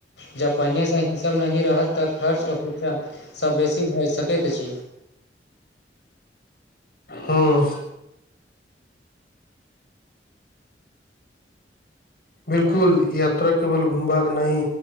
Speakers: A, on the left; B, on the left.
A: जँ पहिने से हिस नहि रहत तऽ खर्च अपेक्षा से बेसी भऽ सकैत अछ
B: हूँ बिलकुल यात्रा केवल घुमबाक नहि